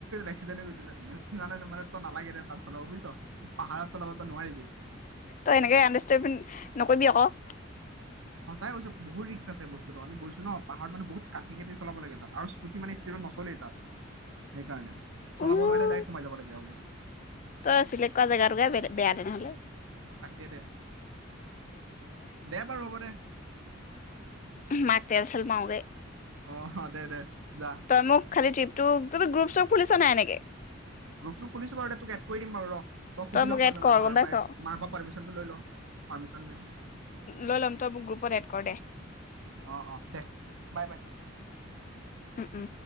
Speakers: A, on the right (about 80°); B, on the left (about 40°).
A: এক্সিডেণ্ট হৈ গৈছিলে জানেনে মা তই নালাগে দে তাত চলাব বুজিছ। পাহাৰত চলাবতো নোৱাৰিবি।
B: তই এনেকে <unintelligible> নকৰিবি আকৌ?
A: সঁচাই কৈছো! বহুত ৰিক্স আছে বস্তুটো আমি গৈছোঁ ন'। পাহাৰত মানে, বহুত কাটি, কাটি চলাব লাগে তাত আৰু স্কুটি মানে, স্পীডত নচলেই তাত সেইকাৰণে। চলাব
B: উম!
A: নোৱাৰিলে ডাইৰেক্ট সোমাই যাব লাগে আৰু
B: তই চিলেক্ট কৰা জেগা টুকুৰাই বেয়া তেনেহলে।
A: তাকে দে, দে বাৰু হ'ব দে।
B: <unintelligible> তেলচেল মাৰোগে।
A: অ'! দে, দে। যা
B: তই মোক খালি ট্ৰিপটো ততি গ্ৰুপ চুপ খুলিছ নাই এনেকে?
A: গ্ৰুপ চুপ খুলিছোঁ বাৰু। তোক এড কৰি দিম বাৰু ৰ'। তই সুধি
B: মোক
A: ল' <unintelligible>
B: এড কৰ
A: মাৰ
B: গম পাইছ
A: পাপাই, মাৰ পাপাৰ পাৰ্মিশনটো লৈ ল'। Permission main.
B: লৈ ল'ম তই মোক গ্ৰুপত এড ক'ৰ দে।
A: অ'! অ'! দে বাই বাই।
B: ও! ও!